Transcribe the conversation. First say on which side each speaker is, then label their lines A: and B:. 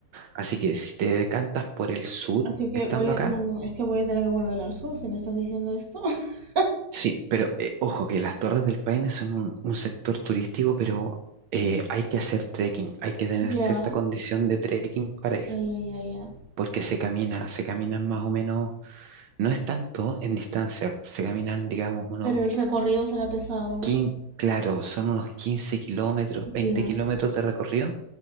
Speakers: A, on the right (about 80°); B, on the right (about 35°).
A: Así que si te decantas por el sur,
B: Así que
A: estando
B: voy a...
A: acá,
B: No, no, es que voy a tener que volver al sur si me estás diciendo esto. <laughs>
A: sí, pero eh, ojo que las Torres del Paine son un, un sector turístico, pero eh, hay que hacer trekking, hay que tener
B: Ya,
A: cierta condición de trekking para ir,
B: ya, ya, ya, ya.
A: porque se camina, se caminan más o menos, no es tanto en distancia, se caminan, digamos, unos
B: Pero el recorrido será pesado, ¿no?
A: 15, claro, son unos 15 kilómetros, veinte
B: Ya.
A: kilómetros de recorrido,